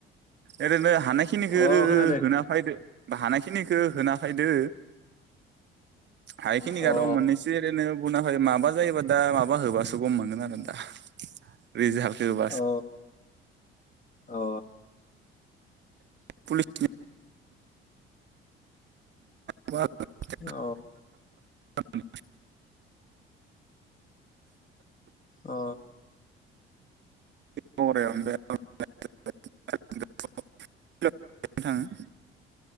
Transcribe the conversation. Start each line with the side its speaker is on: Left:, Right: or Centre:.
Right: ओरैनो हानाखि खिनिखौ
Left: अ खोनादों
Right: होना फैदो हानाय खिनिखौ होना फैदो हायखिनिखौ
Left: अ
Right: र' मोननैसै ओरैनो गुना माबा जायोबा दा माबा होबासो गम मोनगोन आरो दा रिजालखौ होबा
Left: अ अ अ
Right: पुलिसनि म <unintelligible>
Left: अ
Right: <unintelligible>
Left: अ
Right: द <unintelligible> नथाङ <unintelligible>